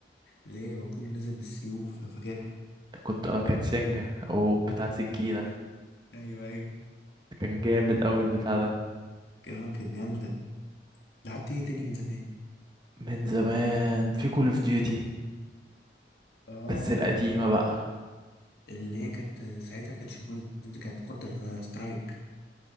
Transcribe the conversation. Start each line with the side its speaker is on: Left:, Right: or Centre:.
Left: اللي هي يبقى كله نازل بالسيوف لو فاكرها
Right: كنت اه كانت سنجة او بتاع سكينة
Left: ايوه ايوه ايوه
Right: كان جامد
Left: ايوه
Right: اوي البتاع ده
Left: اه كانت جامده لعبت ايه تاني من زمان
Right: من زمان في كول اوف ديوتي
Left: اه
Right: بس القديمة
Left: كول اوف ديوتي
Right: بقى
Left: اللي هي كانت ساعتها كانت كول اوف ديوتي كانت كونتر سترايك